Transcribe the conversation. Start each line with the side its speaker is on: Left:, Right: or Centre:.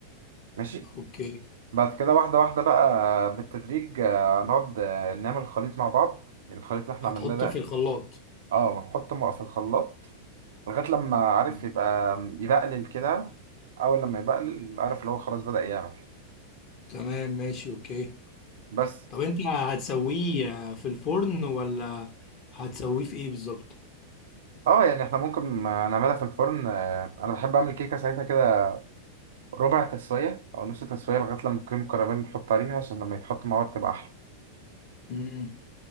Right: ماشي
Left: اوكي
Right: بعد كده واحدة واحدة بقى آه، بالتدريج آه، نقعد آه، نعمل الخليط مع بعض الخليط اللي احنا
Left: هتحطه
Right: عملناه ده
Left: في الخلاط
Right: اه ونحطه في الخلاط لغاية لما عارف
Left: أمم.
Right: يبقى يبقلل كده أول لما يبقلل عارف اللي هو خلاص بدأ يعمل
Left: تمام ماشي اوكي
Right: بس
Left: طب انت هتسويه في الفرن ولا هتسويه في ايه بالظبط
Right: اه يعني احنا ممكن آه، نعملها في الفرن آه، انا بحب اعمل كيكه ساعتها كده ربع تسويه او نص تسويه لغايه لما الكريم كراميل نحط عليها عشان لما يتحط مع بعض تبقى احلى
Left: امم